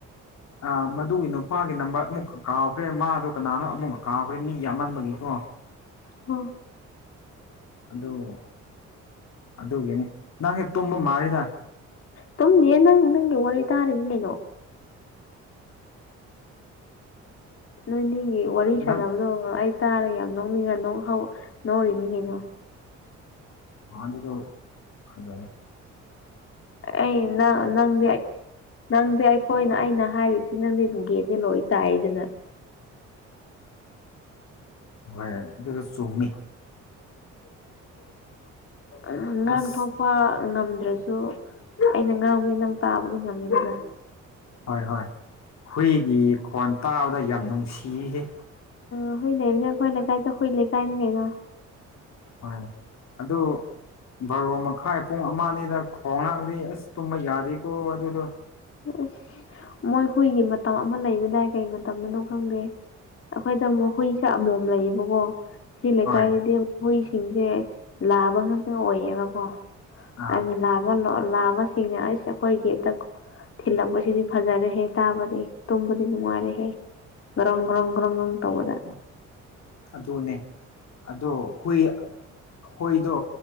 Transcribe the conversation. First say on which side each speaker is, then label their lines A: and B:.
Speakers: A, on the left; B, on the left.
A: ꯑ ꯃꯗꯨꯒꯤ ꯅꯨ ꯅꯨꯄꯥꯒꯤ ꯅꯝꯕꯔ ꯑꯃꯨꯛꯀ ꯀꯥꯎꯈ꯭ꯔꯦ ꯃꯥꯗꯣ ꯀꯅꯥꯅꯣ ꯑꯃꯨꯛꯀ ꯀꯥꯎꯈ꯭ꯔꯦ ꯃꯤꯒꯤ ꯌꯥꯝꯃꯟꯕꯒꯤꯀꯣ
B: ꯑꯣ
A: ꯑꯗꯨꯗ ꯑꯗꯨꯒꯤꯅꯦ ꯅꯪꯦ ꯇꯨꯝꯝꯕ ꯃꯥꯗ
B: ꯇꯨꯝꯗꯤꯦ ꯅꯪ ꯅꯪꯒꯤ ꯋꯥꯔꯤ ꯇꯥꯔꯤꯅꯦ ꯀꯩꯅꯣ ꯅꯣꯏꯅꯤꯒꯤ ꯋꯥꯔꯤ
A: ꯅꯪ
B: ꯁꯥꯟꯅꯕꯗꯣ ꯑꯩ ꯇꯥꯔꯒ ꯌꯥꯝ ꯅꯣꯛꯅꯤꯡꯔ ꯅ ꯅꯣꯔꯤꯅꯤꯉꯦꯅ
A: ꯄꯗ ꯐ <unintelligible>
B: ꯑꯩ ꯅꯪꯗꯤ ꯅꯪꯗꯤ ꯑꯩꯈꯣꯏꯅ ꯑꯩꯅ ꯩꯅ ꯍꯥꯏꯔꯤꯁꯤ ꯅꯪꯗꯤ ꯒꯦꯟꯗꯤ ꯂꯣꯏ ꯇꯥꯏꯗꯅ
A: ꯍꯣꯏꯁ ꯆꯨꯅꯤ
B: ꯎ ꯉꯥꯡ
A: ꯑꯁ
B: ꯊꯣꯛꯣꯛꯄ ꯉꯝꯗ ꯑꯗꯨ꯭ꯔꯁꯨ ꯑꯩꯅ ꯉꯥꯡꯕꯒꯤ ꯅꯪ ꯇꯥꯕꯗꯤ ꯉꯝꯃꯤꯗꯗ
A: ꯍꯣꯏ ꯍꯣꯏ ꯍꯨꯏꯒꯤ ꯈꯣꯟ ꯇꯥꯕꯗ ꯌꯥꯝ ꯅꯨꯡꯁꯤꯈꯤ
B: ꯑ ꯍꯨꯏ ꯂꯩꯕꯅꯦ ꯑꯩꯈꯣꯏ ꯂꯩꯀꯥꯏꯗ ꯍꯨꯏ ꯂꯩꯀꯥꯏꯅꯤ ꯀꯩꯅꯣ
A: ꯍꯣꯏ ꯑꯗꯨꯣ ꯕꯥꯔꯣ ꯃꯈꯥꯏ ꯄꯨꯡ ꯑꯃꯅꯤꯗ ꯈꯣꯡꯅꯥꯥꯡꯗꯤ ꯑꯁ ꯇꯨꯝꯕ ꯌꯥꯔꯤꯦꯀꯣ ꯑꯗꯨꯗꯣ <unintelligible>
B: ꯑꯁ ꯃꯣꯏ ꯍꯨꯏꯒꯤ ꯃꯇꯝ ꯑꯃ ꯂꯩꯕꯗꯥꯏ ꯀꯩ ꯃꯇꯝꯗꯅꯣ ꯈꯪꯗꯦ ꯑꯩꯈꯣꯏꯗ ꯑꯃꯨꯛ ꯍꯨꯏꯁꯦ ꯑꯃꯣꯝ ꯂꯩꯌꯦꯕꯀꯣ ꯁꯤ ꯂꯩꯀꯥꯏꯗꯗꯤ
A: ꯍꯣꯏ
B: ꯍꯨꯏꯁꯤꯡꯁꯦ ꯂꯥꯕ ꯉꯥꯛꯇꯪ ꯑꯣꯏꯌꯦꯅꯀꯣ
A: ꯑꯥ
B: ꯑꯩꯅ ꯂꯥꯕ ꯂꯥꯕꯁꯤꯡꯅꯦ ꯑꯩꯁꯦ ꯑꯩꯈꯣꯏꯒꯤꯗ ꯊꯤꯜꯂꯛꯄꯁꯤꯗꯤ ꯐꯖꯔꯦꯍꯦ ꯇꯥꯕꯗꯤ ꯇꯨꯝꯕꯗꯤ ꯅꯨꯡꯉꯥꯏꯔꯦꯍꯦ ꯭ꯔꯪ ꯒ꯭ꯔꯪ ꯒ꯭ꯔꯪ ꯒ꯭ꯔꯪ ꯇꯧꯕꯗ
A: ꯑꯗꯨꯅꯦ ꯑꯗꯣ ꯍꯨꯏ ꯑꯩꯈꯣꯏꯗꯣ